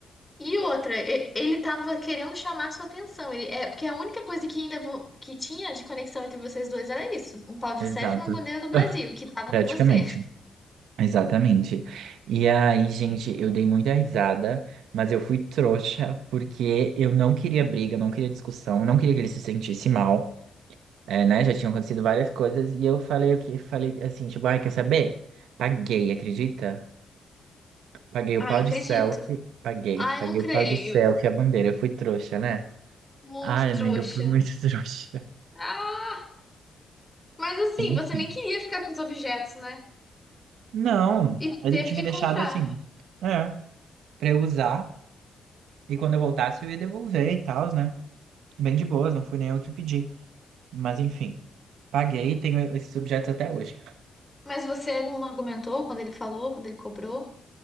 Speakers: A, on the left (about 15°); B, on the right (about 80°).
A: E outra, e- ele tava querendo chamar sua atenção. Ele, é porque a única coisa que ainda vo- que tinha de conexão entre vocês dois era isso, um pau de
B: Exato.
A: selfie e uma bandeira do Brasil
B: <laughs>
A: que tava
B: Praticamente.
A: com você.
B: Exatamente. E aí, gente, eu dei muita risada, mas eu fui trouxa porque eu não queria briga, não queria discussão, não queria que ele se sentisse mal. É, né? Já tinham acontecido várias coisas e eu falei o que falei assim, tipo, ai, quer saber? Paguei, acredita? Paguei
A: Ai,
B: o pau
A: não
B: de
A: acredito.
B: selfie, paguei,
A: Ai,
B: paguei
A: não creio.
B: o pau de selfie, a bandeira, eu fui trouxa, né?
A: Muito
B: Ai,
A: trouxa.
B: amiga, eu fui muito <laughs> trouxa.
A: Ah, mas assim,
B: Enfim.
A: você nem queria ficar com os objetos, né?
B: Não,
A: E
B: ele
A: teve
B: tinha
A: que
B: deixado
A: comprar.
B: assim, é, pra eu usar e quando eu voltasse eu ia devolver e tal, né? Bem de boas, não fui nem eu que pedi. Mas enfim, paguei e tenho esses objetos até hoje.
A: Mas você não argumentou quando ele falou, quando ele cobrou?